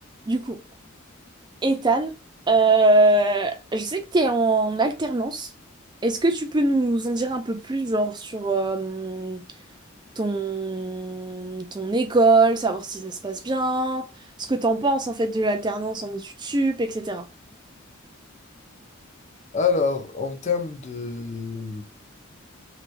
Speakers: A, on the right; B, on the left.
A: Du coup, Ethan, euh, je sais que tu es en alternance. Est-ce que tu peux nous en dire un peu plus, genre sur euh, ton, ton école, savoir si ça se passe bien, ce que t'en penses en fait de l'alternance en études sup, etc.
B: Alors, en termes de,